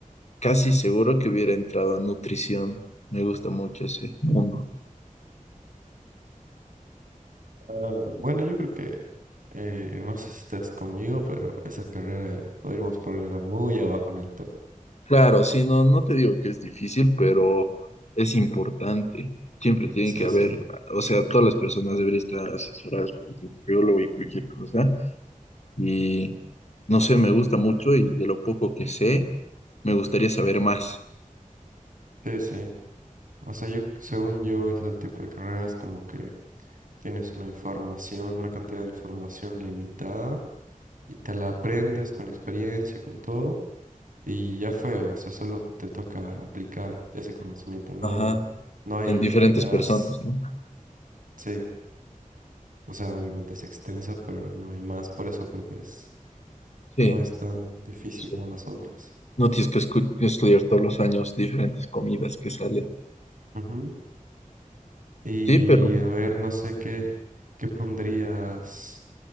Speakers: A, on the left (about 55°); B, on the right (about 70°).
A: casi seguro que hubiera entrado a nutrición. Me gusta mucho ese mundo.
B: Ah, bueno, yo creo que, eh, no sé si estás conmigo, pero esa carrera podríamos ponerla muy abajo en el top.
A: Claro, sí, no, no te digo que es difícil, pero es importante. Siempre tiene
B: Sí,
A: que haber,
B: sí,
A: o sea, todas las personas deberían estar asesoradas por un nutriólogo y cualquier cosa. Y no sé, me gusta mucho y de lo poco que sé, me gustaría saber más.
B: sí, sí. O sea, yo, según yo, ese tipo de carreras como que tienes una información, una cantidad de información limitada y te la aprendes con experiencia, con todo. Y ya fue, o sea, solo te toca aplicar ese conocimiento, no,
A: Ajá,
B: no hay
A: en diferentes
B: más.
A: personas, ¿no?
B: Sí, o sea, obviamente es extensa, pero no hay más, por eso creo que es,
A: Sí,
B: no es tan difícil
A: sí.
B: como las otras.
A: No tienes que escu- estudiar todos los años diferentes comidas que salen.
B: Ujú. Y
A: Sí, pero
B: a ver, no sé qué, qué pondrías,